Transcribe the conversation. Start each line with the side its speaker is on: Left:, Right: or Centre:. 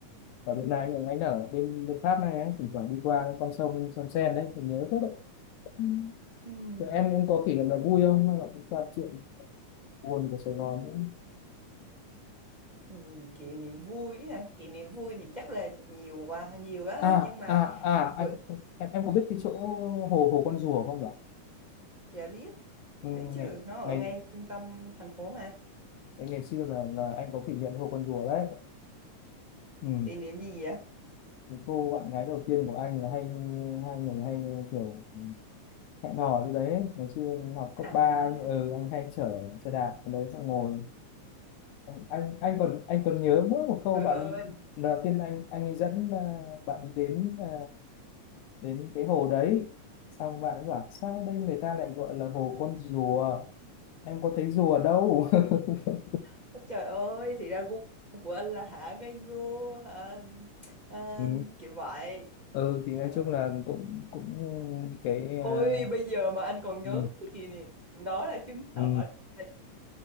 Left: ở Việt Nam anh anh ở bên bên Pháp này ấy, thỉnh thoảng đi qua cái con sông sông Sen đấy mình nhớ rất Ừ.
Right: ừm,
Left: Rồi em em có kỷ niệm là vui không hay là cũng toàn chuyện buồn của Sài Gòn nữa
Right: ừm, kỷ niệm vui ha. Kỷ niệm vui thì chắc là nhiều quá, nhiều á.
Left: à
Right: Nhưng mà
Left: à à
Right: bởi,
Left: anh em, em có biết cái chỗ hồ hồ con rùa không nhỉ
Right: dạ biết,
Left: ừ,
Right: biết chứ.
Left: ngày
Right: Nó ở
Left: ngày
Right: ngay trung tâm thành phố mà.
Left: ngày xưa là là anh có kỷ niệm hồ con rùa đấy ừ.
Right: Kỷ niệm gì vậy?
Left: cái cô bạn gái đầu tiên của anh là hay hai người hay kiểu hẹn hò như đấy ngày xưa học cấp
Right: À,
Left: 3, anh, ừ, anh hay chở xe đạp ở đấy xong ngồi anh anh còn anh còn nhớ mỗi một câu
Right: trời
Left: bạn
Right: ơi,
Left: ấy- lần đầu tiên anh anh ấy dẫn à, bạn đi đến à, đến cái hồ đấy xong bạn ấy bảo sao đây người ta lại gọi là hồ con rùa em có thấy dù ở đâu <laughs>
Right: Ôi trời ơi, thì ra gu của anh là hả ngây ngô, hả, à,
Left: ừ.
Right: kiểu vậy.
Left: ừ thì
Right: Trời
Left: nói chung là cũng cũng cái
Right: Ôi
Left: à,
Right: bây giờ mà anh còn nhớ
Left: ừ.
Right: cái kỷ niệm đó là chứng
Left: Ừ.
Right: tỏ là